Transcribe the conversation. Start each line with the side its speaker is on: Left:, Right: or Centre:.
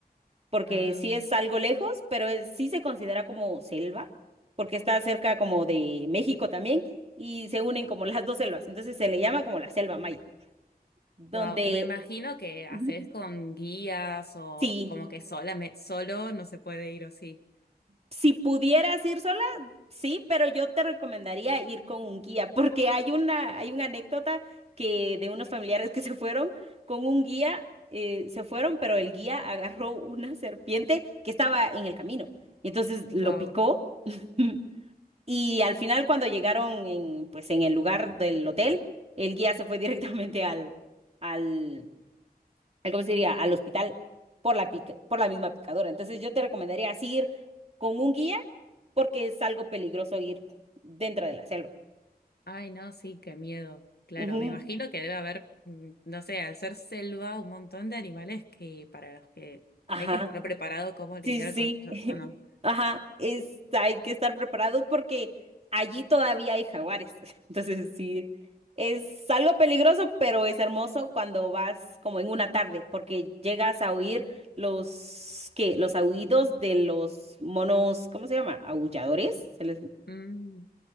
Right: porque
Left: Ah,
Right: sí es algo lejos, pero es- sí se considera como selva, porque está cerca como de México también, y se unen como <laughs> las dos selvas, entonces se le llama como la selva maya, donde
Left: wow. Y me imagino que haces
Right: Ujú.
Left: con guías o
Right: sí,
Left: como que sola, me- solo no se puede ir o sí.
Right: si pudieras ir sola, sí, pero yo te recomendaría ir con un guía, porque hay una, hay una anécdota que de unos familiares que se fueron con un guía, eh, se fueron, pero el guía agarró una serpiente que estaba en el camino, y entonces
Left: Wow.
Right: lo picó. <laughs> Y al final, cuando llegaron en, pues, en el lugar del hotel, el guía se fue <laughs> directamente al, al, al, ¿cómo se diría? Al hospital por la pica- por la misma picadora. Entonces, yo te recomendaría así ir con un guía porque es algo peligroso ir dentro de la selva.
Left: Ay, no, sí, qué miedo. Claro,
Right: Ujú.
Left: me imagino que debe haber, mm, no sé, al ser selva, un montón de animales que para los que
Right: Ajá.
Left: hay que estar preparado cómo lidiar
Right: Sí, sí.
Left: con ellos,
Right: <laughs>
Left: ¿o no?
Right: Ajá, es, hay que estar preparados porque allí todavía hay jaguares. <laughs> Entonces, sí, es algo peligroso, pero es hermoso cuando vas como en una tarde, porque llegas a oír los que los aullidos de los monos, ¿cómo se llama? Aulladores. se les-
Left: Mm,